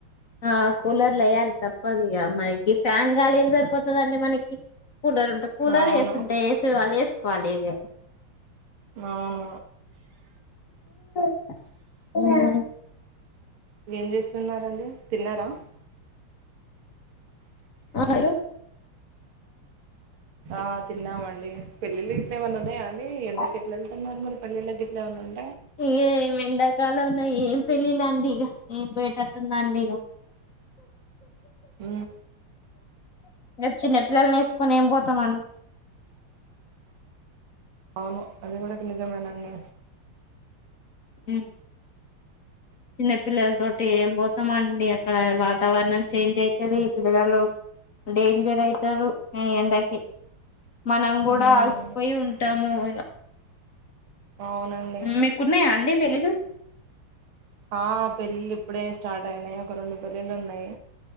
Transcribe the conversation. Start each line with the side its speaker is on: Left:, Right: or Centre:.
Left: ఆ కూలర్లు వేయాలి తప్పదు ఇక మనకి ఫ్యాన్ గాలి ఏం సరిపోతదండి మనకి కూలర్ ఉంటే కూలర్
Right: అవును
Left: ఏసీ ఉంటే ఏసీ వాల్ ఏస్ కాలిగే
Right: అవును
Left: స
Right: ఏం చేస్తున్నరండి తిన్నారా
Left: అ ఏరో
Right: ఆ తిన్నామండి పెళ్ళిళ్లు ఇట్ల ఏమన్నఉన్నాయా అండి
Left: ఆ
Right: ఎండకి ఎట్ల వెళ్తున్నారు మరి పల్లెలో గిట్లేమన్న ఉన్
Left: ఇ ఏం ఎండ కాలంల ఏం పెళ్లిలండి య నేన్ పోయేటట్టు ఉన్న అండి ఇగ
Right: ఊ
Left: నచ్చినం పిల్లల్నేసుకొని ఏం పోతమన్
Right: అవును అది కూడ నిజమేనండి
Left: హు చిన్న పిల్లల తోటి ఏం పోతమండి అక్కడ వాతావరణం చేంజ్ అయితది పిల్లగాలు డే జరైతరు ఈ ఎండకి మనం కూడా
Right: మ్మ్
Left: అలసిపోయి ఉంటాము ఇగ
Right: అవునండి
Left: మీకున్నాయా అండి పెళిలు
Right: ఆ పెళ్ళిలు ఇప్పుడే స్టార్ట్ అయినాయి ఒక రెండు పెళ్ళిళ్ళు ఉన్నయి